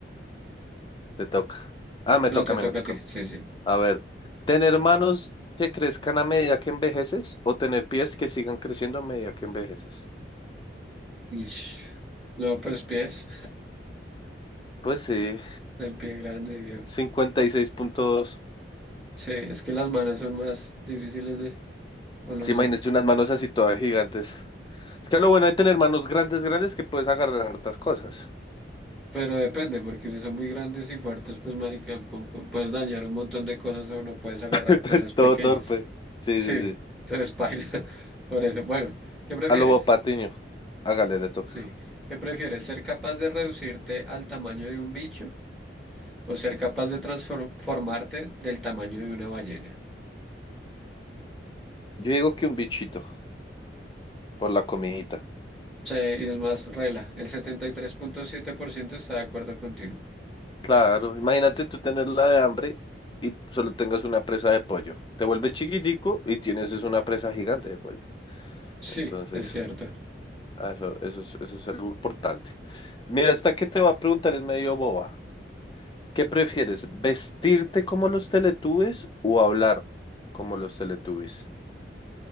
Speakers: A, on the left; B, in the centre.
A: Te toca. Ah, me toca
B: No, te
A: a mí,
B: toca
A: me toca
B: a ti.
A: a
B: Sí,
A: mí.
B: sí.
A: A ver, ¿tener manos que crezcan a medida que envejeces o tener pies que sigan creciendo a medida que envejeces?
B: Ish. No, pues pies.
A: Pues sí,
B: El pie grande, viejo.
A: 56.2.
B: Sí, es que las manos son más difíciles de... O no
A: Sí,
B: sé.
A: imagínense unas manos así todas gigantes. Es que lo bueno de tener manos grandes, grandes, que puedes agarrar hartas cosas.
B: Pero depende, porque si son muy grandes y fuertes, pues, marica, con- con- puedes dañar un montón de cosas o no puedes agarrar
A: <laughs>
B: cosas pequeñas.
A: Todo torpe. Sí,
B: Sí,
A: sí, sí.
B: entonces paila. <laughs> Por eso, bueno, ¿qué prefieres?
A: A Lobo Patiño. Hágale de todo.
B: Sí. ¿Qué prefieres? ¿Ser capaz de reducirte al tamaño de un bicho o ser capaz de transformarte del tamaño de una ballena?
A: Yo digo que un bichito por la comidita.
B: Sí, y es más regla. El setenta y tres punto siete por ciento está de acuerdo contigo.
A: Claro, imagínate tú tenerla de hambre y solo tengas una presa de pollo. Te vuelves chiquitico y tienes es una presa gigante de pollo.
B: Sí,
A: Entonces,
B: es cierto.
A: ah, eso, eso es, eso es algo importante. Mira, esta que te va a preguntar es medio boba. ¿Qué prefieres? ¿Vestirte como los Teletubbies o hablar como los Teletubbies?